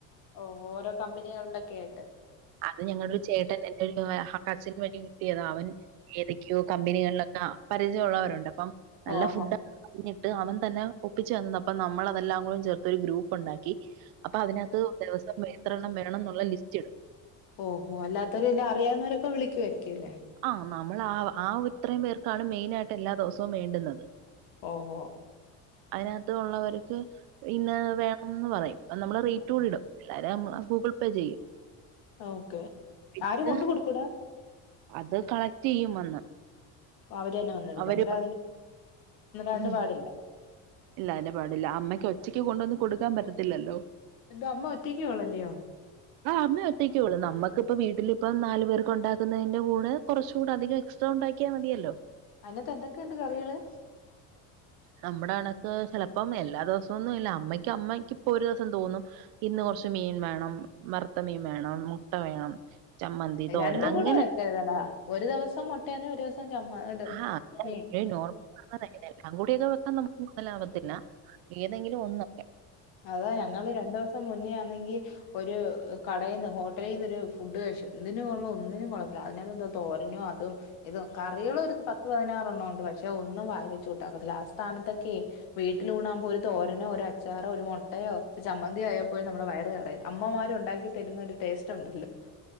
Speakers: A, on the left; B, on the right.
A: ഓഹ് ഓരോ കമ്പനികൾലൊക്കെ ആയിട്ട്
B: അത് ഞങ്ങൾടെ ഒരു ചേട്ടൻ എന്റെ ഒരു കസിൻ വഴി കിട്ടിയതാ അവൻ ഏതെക്കെയോ കമ്പനികൾലക്കാ പരിചയ ഉള്ളവരുണ്ട് അപ്പം നല്ല
A: ഓഹോ
B: ഫുഡാെ ഞ്ഞിട്ട് അവൻ തന്നെ ഒപ്പിച്ച് തന്നതാ അപ്പം നമ്മളതെല്ലാം കൂടെം ചേർത്തൊര് ഗ്രൂപ്പുണ്ടാക്കി അപ്പൊ അതിനകത്ത് ദിവസം എത്രെണ്ണം വേണംന്നുള്ള ലിസ്റ്റിടും
A: ഓഹോ അല്ലാത്തവെര് എല്ലാം അറിയാവുന്നവരൊക്കെ വിളിക്കുവായിരിക്കു അല്ലേ?
B: ആഹ് നമ്മള് ആഹ് ആഹ് ഇത്രേം പേർക്കാണ് മെയ്നായിട്ട് എല്ലാ ദ്‌വ്സവും വേണ്ട്ന്നത്
A: ഓഹോ
B: അയ്നകത്ത് ഉള്ളവര്ക്ക് ഇന്നത് വേണംന്ന് പറയും നമ്മള് റെയ്റ്റൂടി ഇടും എല്ലാരും ഞമ്മള ഗൂഗിൾ പേ ചെയ്യും
A: ഓക്കെ
B: പിന്നെ
A: ആര്
B: ഇത്
A: കൊണ്ട് കൊട്ക്കൂടാ
B: അത് കളക്ടെയ്യും വന്ന്
A: ഓഹ് അവര് തന്നെ വന്നെട്ക്കും
B: അവര്
A: ന്നിട്ട് അത്ന്റെ
B: ഉം
A: <unintelligible> പാടില്ലാ
B: ഇല്ല അയ്ന് പാടില്ലാ അമ്മയ്ക്ക് ഒറ്റെയ്ക്ക് കൊണ്ട് വന്ന് കൊട്ക്കാം പറ്റത്തില്ലല്ലോ ത്
A: എന്തോ
B: അമ്മ
A: ഒറ്റയ്ക്കുള്ളല്ലയോ
B: ഒറ്റെക്ക്യാണോ ആഹ് അമ്മെ ഒറ്റെക്കേള്ളൂ നമ്മക്ക്പ്പം വീട്ടിലിപ്പം നാല് പേർക്ക് ഉണ്ടാക്കുന്നതിന്റെ കൂടെ കൊർച്ചുടെ അധികം എക്സ് ട്രാ ഉണ്ടാക്ക്യാ മതിയല്ലോ
A: അയ്നകത്ത് എന്തെക്കെണ്ട് കറികള്
B: നമ്മുടെ കണക്ക് ചെലപ്പം എല്ലാ ദിവസാെന്നും ഇല്ലാ അമ്മയ്ക്ക് അമ്മയ്ക്ക്പ്പൊ ഒര് ദ്വ്സം തോന്നും ഇന്ന് കൊർച്ച് മീൻ വേണം വർത്ത മീൻ വേണം മുട്ട വേണം ചമ്മന്തി തോരൻ
A: രണ്ട്
B: അങ്ങനെ
A: കൂടെ വക്കെര്തെടാ ഒര് ദ്‌വെസം മുട്ടെയാന്നേ ഒര് ദ്‌വെസം ചമ്മ ഇത്
B: ആഹ്
A: മീൻ
B: നോർ <unintelligible> അത് കൂടിയൊക്കെ വെക്കാൻ നമ്ക്ക് മൊതലാവാത്തില്ലാ ഏതെങ്കിലും ഒന്ന്
A: അതാ ഞങ്ങള് രണ്ടൂസം മുന്നേ ആന്നെങ്കി ഒര് കടേന്ന് ഹോട്ടെലീന്നൊര് ഫുഡ് കഴ്ച്ചു ന്തിന് കൊള്ളാ ഒന്നിനും കൊള്ളത്തില്ല അത്‌നകത്ത് എന്താ തോരനോ അതും ഇത് കറികളും ഒരു പത്ത് പതിനാറെണ്ണം ഉണ്ട് പക്ഷെ ഒന്നും വായി വെച്ച് കൂട്ടാനൊക്കത്തില്ല ആഹ് സ്ഥാനത്തൊക്കെ വീട്ടിലൂണാകുമ്പോ ഒരു തോരനോ ഒരു അച്ചാറോ ഒരു മുട്ടയോ ഒയു ഒരു ചമ്മന്തി ആയാപ്പോലും നമ്മുടെ വയറ് നെറയും അമ്മമാര് ഉണ്ടാക്കി തരുന്ന ഒരു ടേസ്റ്റ് ഉണ്ടല്ലോ